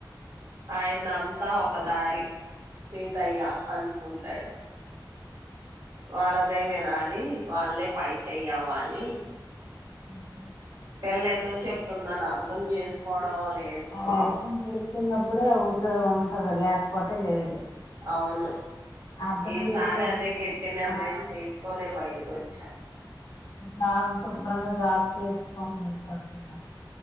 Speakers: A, on the right (about 75°); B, on the left (about 75°).
A: ఆయనంతా ఒక దారి సీతయ్య అను కొంటాడు వాళ్ళదే వినాలి వాళ్ళదే పై చెయ్యవ్వాలి
B: మ్
A: పిళ్ళ ఎందు చెప్తుందని అర్థం చేసుకు పోడంలే
B: ఆయన ఆక్సిడెస్ట్ చేసుకున్నప్పుడే ఇందులో ఉంటది లేకపోతే లేదు
A: అవును
B: అర్థం
A: ఈసారి
B: చేసుకోకపోతే
A: అదే గెట్టి నిర్ణయం
B: ఆ
A: తీసుకొనే బయటకి వచ్చి చ్చాన్
B: నాక్ శుభ్రంగా జాబ్ చేయొచ్చు కదా